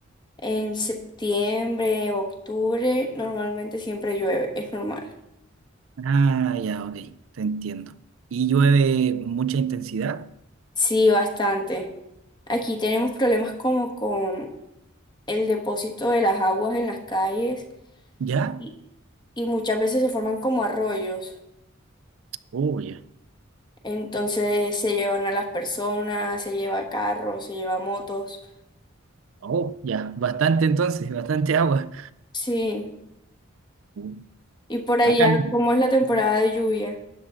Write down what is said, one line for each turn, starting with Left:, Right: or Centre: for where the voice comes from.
Left: en septiembre, octubre, normalmente siempre llueve, es normal.
Right: Ah, ya, ok, te entiendo. ¿Y llueve con mucha intensidad?
Left: Sí, bastante. Aquí tenemos problemas como con el depósito de las aguas en las calles
Right: ¿Ya?
Left: y, y muchas veces se forman como arroyos.
Right: Oh, ya.
Left: Entonces se llevan a las personas, se lleva carros, se lleva motos.
Right: Oh, ya, bastante entonces, bastante agua.
Left: Sí,
Right: Mm.
Left: y por allá,
Right: Acá no.
Left: como es la temporada
Right: Mm.
Left: de lluvia?